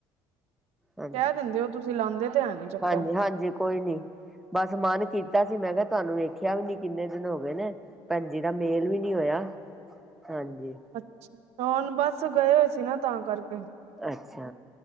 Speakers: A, in the centre; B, on the right.
A: ਹਾਂਜੀ,
B: ਕਹਿ ਦਿੰਦੇ ਹੋ ਤੁਸੀਂ ਲਾਉਂਦੇ ਤੇ ਹੈ ਨੀ ਚੱਕਰ
A: ਹਾਂਜੀ -ਹਾਂਜੀ ਕੋਈ ਨੀ ਬਸ ਮਨ ਕੀਤਾ ਸੀ ਮੈਂ ਕਿਹਾ ਤਾਹਨੂੰ ਵੇਖਿਆ ਵੀ ਨੀ ਕਿੰਨੇ ਦਿਨ ਹੋ ਗਏ ਨੇ ਭੈਣਜੀ ਦਾ ਮੇਲ ਵੀ ਨੀ ਹੋਇਆ, ਹਾਂਜੀ।
B: ਅੱਛ, ਹੁਣ ਬਸ ਗਏ ਹੋਏ ਸੀ ਨਾ ਤਾਂ ਕਰਕੇ
A: ਅੱਛਾ